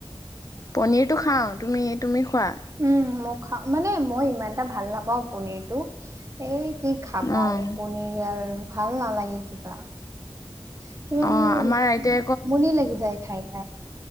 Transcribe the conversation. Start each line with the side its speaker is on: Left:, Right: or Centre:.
Left: পনিৰটো খাও তুমি, তুমি খোৱা <unintelligible>
Right: উম, মই খাও, মানে মই ইমান এটা ভাল নাপাওঁ পনিৰটো এই কি খাবাৰ
Left: অঁ
Right: পনিৰয়াল ভাল নালাগে কিবা <unintelligible> সেইিবা
Left: অঁ
Right: মোৰ
Left: আমাৰ
Right: আমনি
Left: আইতাই
Right: লাগি যায় খাই, খাই,